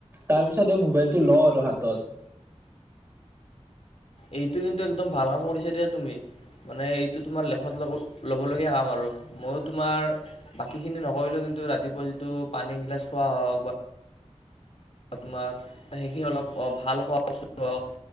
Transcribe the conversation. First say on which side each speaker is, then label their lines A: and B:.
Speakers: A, on the right (about 20°); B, on the left (about 60°).
A: তাৰপিছহে মোবাইলটো লওঁ আৰু হাতত।
B: এইটো কিন্তু একদম ভাল কাম কৰিছে দিয়া তুমি। মানে এইটো তোমাৰ লেখত ল'ব ল'বলগীয়া কাম আৰু ময়ো তোমাৰ বাকী খিনি নকৰিলেও কিন্তু ৰাতিপুৱা যিটো পানী গিলাছ খোৱা হওঁক বা। তোমাৰ সেইখিনি অলপ ভাল খোৱা বস্তু হওঁক।